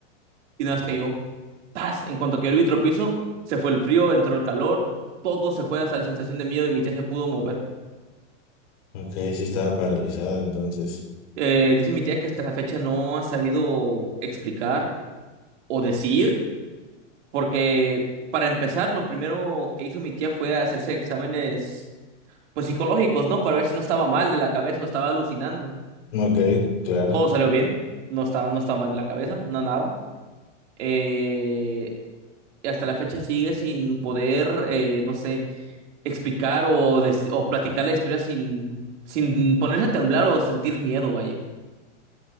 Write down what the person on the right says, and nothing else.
y nada más cayó. ¡Tas! En cuanto cayó el vitropiso, se fue el frío, entró el calor, todo se fue hasta la sensación de miedo y mi tía se pudo mover.
Eh, dice mi tía que hasta la fecha no ha sabido explicar o decir, porque para empezar, lo primero que hizo mi tía fue hacerse exámenes pues psicológicos, ¿no? Para ver si no estaba mal de la cabeza o estaba alucinando.
Todo salió bien, no estaba, no estaba mal de la cabeza, no nada. Eh, y hasta la fecha sigue sin poder, eh, no sé explicar o, des- o platicar la historia sin, sin ponerse a temblar o sentir miedo, vaya.